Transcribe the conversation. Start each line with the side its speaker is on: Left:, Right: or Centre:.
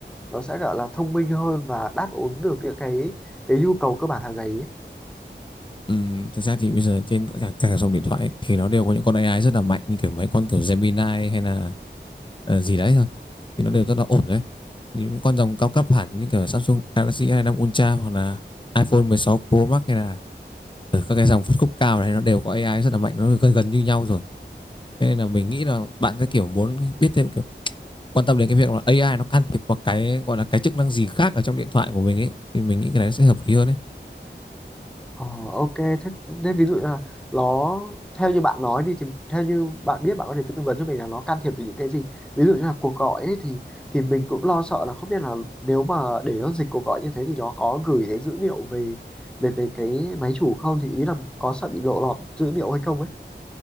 Centre: nó sẽ gọi là thông minh hơn và đáp ứng được những cái cái nhu cầu cơ bản hàng ngày ý?
Left: Ừm, thực ra thì bây giờ trên cả, cả dòng điện thoại ấy, thì nó đều có những con AI rất là mạnh như kiểu mấy con kiểu Gemini hay là ờ, gì đấy thôi thì nó đều rất là ổn đấy những con dòng cao cấp hẳn như kiểu Samsung Galaxy A5 Ultra hoặc là iPhone 16 Pro Max hay là ở các cái dòng phân khúc cao này nó đều có AI rất là mạnh nó gần gần như nhau rồi Thế nên là mình nghĩ là bạn sẽ kiểu muốn biết thêm kiểu quan tâm đến cái việc là AI nó can thiệp vào cái gọi là cái chức năng gì khác ở trong điện thoại của mình ấy thì mình nghĩ cái này sẽ hợp lý hơn đấy
Centre: Ờ, ok thế, thế ví dụ như là nó theo như bạn nói đi thì theo như bạn biết bạn có thể tư vấn cho mình là nó can thiệp về những cái gì ví dụ như là cuộc gọi ấy thì thì mình cũng lo sợ là không biết là nếu mà để nó dịch cuộc gọi như thế thì nó có gửi cái dữ liệu về về về cái máy chủ không thì ý là có sợ bị lộ lọt dữ liệu hay không ấy